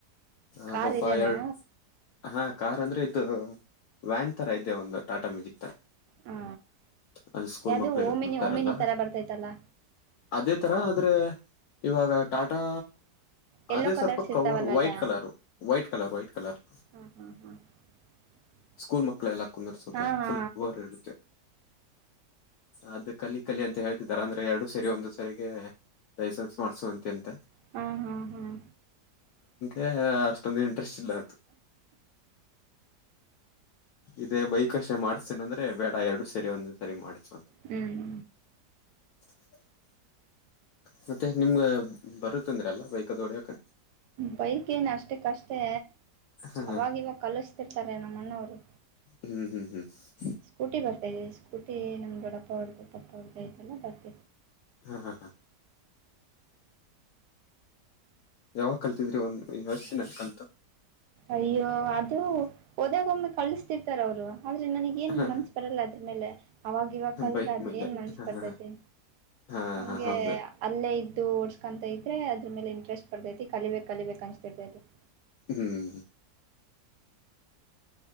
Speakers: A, on the left; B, on the right.
A: ಹ
B: ಕಾರ್
A: ಪಪಾ
B: ಇದೆನಾ
A: ಎರಡು ಹಾ ಕಾರ್ ಅಂದ್ರೆ ಇದು ವ್ಯಾನ್ ತರ ಇದೆ ಒಂದು ಟಾಟಾ ಮ್ಯಾಜಿಕ್ ತರ
B: ಹಾ
A: ಅದು ಸ್ಕೂಲ್
B: ಯಾವ್ದು
A: ಮಕ್ಳಿಗೆ
B: ಓಮಿನಿ
A: ಕೊಡ್ತಾರಲ್ಲ
B: ಓಮಿನಿ ತರ ಬರ್ತೈತಲ್ಲ
A: ಅದೇ ತರ ಆದ್ರೆ ಇವಾಗ ಟಾಟಾ
B: ಎಲ್ಲೋ
A: ಅದೇ
B: ಕಲರ್ಸ್
A: ಸ್ವಲ್ಪ
B: ಇರ್ತಾವಲ್ಲ
A: ಕವರ್ white
B: ಅದ
A: colour white colour white colour
B: ಹಾ ಹಾ <inaudible>
A: ಸ್ಕೂಲ್ ಮಕ್ಳೆಲ್ಲ ಕುಂದರ್ಸೋಕೆ
B: ಹಾ ಹಾ
A: ಫುಲ್
B: ಹಾ
A: ವೋರ್ ಇರುತ್ತೆ. ಅದು ಕಲಿ ಕಲಿ ಅಂತ ಹೇಳ್ತಾರ ಅಂದ್ರೆ ಎರಡು ಸೇರಿ ಒಂದು ಸರಿಗೆ ಲೈಸೆನ್ಸ್ ಮಾಡ್ಸುವಂತೆ ಅಂತ
B: ಹ್ಮ ಹ್ಮ ಹ್ಮ್
A: ಏ ಅಷ್ಟೊಂದು ಇಂಟ್ರೆಸ್ಟ್ ಇಲ್ಲ ಅದು ಇದೇ ಬೈಕ ಅಸ್ಟೇ ಮಾಡಸ್ತೇನೆ ಅಂದ್ರೆ ಬೇಡ ಎರಡು ಸೇರಿ ಒಂದ ಸರಿ ಮಾಡ್ಸು.
B: ಹ್ಮ್
A: <unintelligible> ಮತ್ತೆ ನಿಮ್ಗ ಬರುತ್ಂದ್ರಲ್ಲ ಬೈಕ ಅದು ಹೊಡ್ಯಾಕ್
B: ಬೈಕ್ ಏನು ಅಷ್ಟಕ್ಕಷ್ಟೇ
A: ಹಾ
B: ಅವಾಗವಾಗ
A: ಹಾ
B: ಕಲಿಸ್ತಿರ್ತಾರೆ ನಮ್ಮ ಅಣ್ಣವ್ರು
A: ಹ್ಮ್ ಹ್ಮ್ ಹ್ಮ್
B: ಸ್ಕೂಟಿ ಬರ್ತಾ ಇದೆ ಸ್ಕೂಟಿ ನಮ್ ದೊಡಪ್ಪ ಅವರ್ದು ಪಪ್ಪ ಅವ್ರ್ದುಆಯಿತಲ್ಲ ಬರ್ತದೆ.
A: ಹಾ ಹಾ ಹಾ ಯಾವಾಗ ಕಲ್ತಿದ್ರಿ ಒಂದ್ ಎಸ್ಟ್ ದಿನ ಆಯ್ತು ಕಲ್ತು
B: ಅಯ್ಯೋ ಅದು ಹೋದಾಗ ಒಮ್ಮೆ ಕಲಸ್ಥಿರ್ತಾರವರು ಆದ್ರೆ ನನಗ ಏನ್
A: ಹಾ
B: ಮನ್ಸ ಬರಲ್ಲ ಅದ್ರ ಮೇಲೆ ಅವಾಗ ಇವಕಲ್
A: ಬೈಕ್
B: ಅದು
A: ಮೇಲೆ
B: ಏನ್ ಮನ್ಸ
A: ಹಾ
B: ಬರ್ತೈತಿ
A: ಹಾ ಹಾ
B: ಹಂಗೆ
A: ಹಾ ಹೌದು
B: ಅಲ್ಲೇ ಇದ್ದು ಓಡ್ಸ್ಕೊಂತ ಇದ್ರೆ ಅದ್ರ ಮೇಲೆ ಇಂಟ್ರೆಸ್ಟ್ ಪರ್ತೈತಿ ಕಲಿಬೇಕ. ಕಲಿಬೇಕು ಅನ್ನಿಸ್ತಿರ್ತೈತೆ ಅದು
A: ಹ್ಮ್